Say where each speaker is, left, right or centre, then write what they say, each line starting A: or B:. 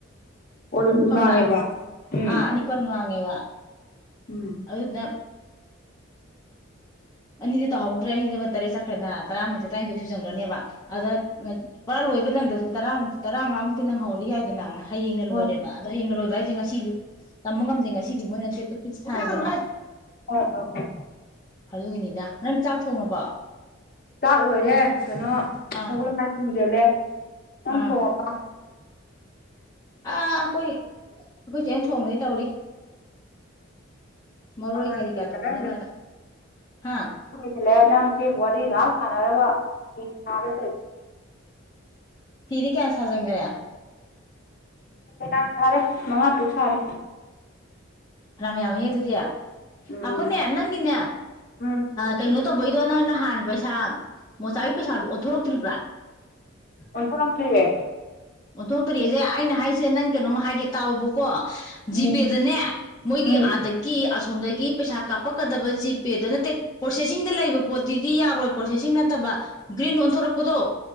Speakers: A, on the left; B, on the left.
A: ꯀꯣꯜ ꯑꯃ
B: ꯈꯪ꯭ꯔꯥ
A: ꯃꯥꯡꯉꯦꯕ ꯎꯝ
B: ꯑꯥ ꯑꯅꯤ ꯀꯅꯨꯡ ꯋꯥꯉꯦꯕ
A: ꯎꯝ
B: ꯑꯗꯨ ꯅ ꯑꯅꯤꯗꯤ ꯇꯧꯍꯧꯗ꯭ꯔꯦ ꯑꯅꯤꯗꯨꯅ ꯇꯔꯦꯠ ꯆꯠꯈ꯭ꯔꯦꯅ ꯇꯔꯥꯃꯊꯣꯏ ꯇꯔꯥꯅꯤꯊꯣꯏ ꯁꯨꯖꯟꯈ꯭ꯔꯅꯦꯕ ꯑꯗ ꯄꯔꯥ ꯂꯣꯏꯕ ꯅꯪꯗꯁꯨ ꯇꯔꯥꯃꯨꯛ ꯇꯔꯥꯃꯉꯥꯃꯨꯛꯇ ꯅꯪꯧꯗꯤ ꯌꯥꯏꯗꯅꯪ ꯍꯌꯦꯡꯅ
A: ꯍꯣꯏ
B: ꯂꯣꯏꯔꯦꯕ ꯑꯗꯣ ꯍꯩꯅ ꯂꯣꯏꯕ ꯍꯥꯏꯁꯦ ꯉꯁꯤꯁꯨ ꯇꯝꯕ ꯉꯝꯗꯦ ꯉꯁꯤꯗꯤ ꯃꯣꯏꯅ ꯗꯦ ꯐꯤꯁ ꯊꯥꯏꯗꯅ
A: ꯍꯣꯏ ꯍꯣꯏ ꯍꯣꯏ
B: ꯑꯗꯨꯒꯤꯅꯤꯗ ꯅꯪ ꯆꯥꯛ ꯊꯣꯡꯉꯕꯣ
A: ꯆꯥꯛ ꯂꯣꯏꯔꯦ ꯀꯩꯅꯣ
B: ꯑꯥ
A: ꯁꯒꯨꯜꯀꯥꯏ ꯊꯣꯡꯖꯜꯂꯦ ꯅꯪ
B: ꯑꯥ
A: ꯊꯣꯡꯉꯕ
B: ꯑꯥ ꯑꯩꯈꯣꯏ ꯑꯩꯈꯣꯏ ꯆꯦꯟ ꯊꯣꯡꯗꯤ ꯇꯧꯔꯤ ꯃꯔꯣꯏ
A: ꯑꯣꯏ
B: ꯀꯔꯤ ꯀꯥ
A: ꯆꯔ꯭ꯔꯦ
B: ꯊꯣꯡꯅꯕꯅ ꯍꯥ
A: ꯁꯤꯂꯦ ꯅꯪꯁꯤ ꯋꯥꯔꯤ ꯍꯞ ꯁꯥꯟꯅꯔꯒꯖꯗꯣꯏ
B: ꯐꯤꯔꯤ ꯀꯦꯟꯁꯥ ꯖꯪꯒ꯭ꯔꯌꯥ
A: ꯅꯍꯥꯟ ꯁꯥꯔꯦ ꯃꯉꯥ ꯇꯔꯨꯛ ꯁꯥꯔꯦ
B: ꯐꯔ ꯌꯥꯝꯍꯦ ꯑꯗꯨꯗꯤ ꯑꯩꯈꯣꯏꯅꯦ
A: ꯎꯝ
B: ꯅꯪꯒꯤꯅꯦ
A: ꯎꯝ
B: ꯀꯩꯅꯣ ꯇꯧꯕꯩꯗꯣ ꯅꯪ ꯅ ꯍꯥꯟꯅ ꯄꯩꯁꯥ ꯃꯣꯆꯥꯒꯤ ꯄꯩꯁꯥꯗꯣ ꯑꯣꯟꯊꯣꯔꯛꯇ꯭ꯔꯤꯕ꯭ꯔꯥ
A: ꯀꯣꯟꯁ ꯂꯥꯁ꯭ꯔꯤꯦ
B: ꯑꯣꯟꯊꯣꯛꯇꯔꯤꯁꯦ ꯑꯩꯅ ꯍꯥꯏꯁꯦ ꯅꯪ ꯀꯩꯅꯣꯝꯃ ꯍꯥꯏꯒꯦ ꯇꯥꯎꯕꯀꯣ ꯖꯤꯄꯦꯗꯅꯦ
A: ꯎꯝ
B: ꯃꯣꯏꯒꯤ
A: ꯎꯝ
B: ꯑꯥꯗꯒꯤ ꯑꯁꯣꯝꯗꯒꯤ ꯄꯩꯁꯥ ꯀꯥꯞꯄꯛꯀꯗꯕ ꯖꯤꯄꯦꯗ ꯅꯠꯇꯦ ꯄ꯭ꯔꯣꯁꯦꯁꯤꯡꯗ ꯂꯩꯕ ꯄꯣꯠꯇꯨꯗꯤ ꯌꯥꯔꯣꯏ ꯄ꯭ꯔꯣꯁꯦꯁꯤꯡ ꯅꯠꯇꯕ ꯒ꯭ꯔꯤꯟ ꯑꯣꯟꯊꯣꯔꯛꯄꯗꯣ